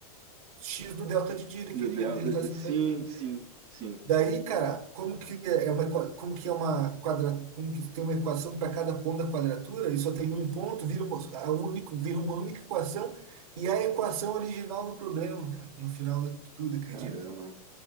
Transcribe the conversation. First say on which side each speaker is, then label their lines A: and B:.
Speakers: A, on the right; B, on the right.
A: x do delta de Dirac,
B: No
A: que ele,
B: delta.
A: onde ele está centralizado.
B: Sim, sim, sim.
A: Daí, cara, como que é uma, equa- como que é uma quadra, como que tem uma equação para cada ponto da quadratura e só tem um ponto, vira uma, a único, vira uma única equação e é a equação original do problema, cara, no final de tudo, acredita?
B: Caramba.